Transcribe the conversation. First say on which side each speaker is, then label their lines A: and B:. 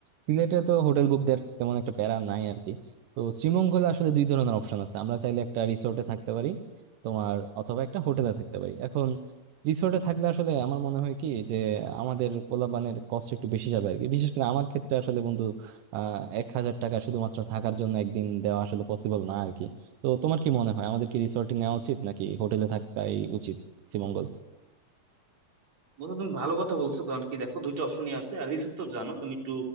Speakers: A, on the right; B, on the right.
A: সিলেটে তো হোটেল বুক দেওয়ার তেমন একটা প্যারা নাই আর কি তো শ্রীমঙ্গলে আসলে দুই ধরনের অপশন আছে আমরা চাইলে একটা রিসোর্টে থাকতে পারি তোমার অথবা একটা হোটেলে থাকতে পারি এখন রিসোর্টে থাকলে আসলে আমার মনে হয় কি যে আমাদের পোলাপানের কষ্ট একটু বেশি যাবে আর কি বিশেষ করে আমার ক্ষেত্রে আসলে বন্ধু আহ এক হাজার টাকা শুধুমাত্র থাকার জন্য একদিন দেওয়া আসলে পসিবল না আর কি তো তোমার কি মনে হয় আমাদের কি রিসোর্টে নেওয়া উচিত নাকি হোটেলে থাকাই উচিত শ্রীমঙ্গল
B: বন্ধু তুমি ভালো কথা বলছো কারণ কি দেখো দুইটা অপশনই আছে আর রিসোর্ট তো জানো তুমি একটু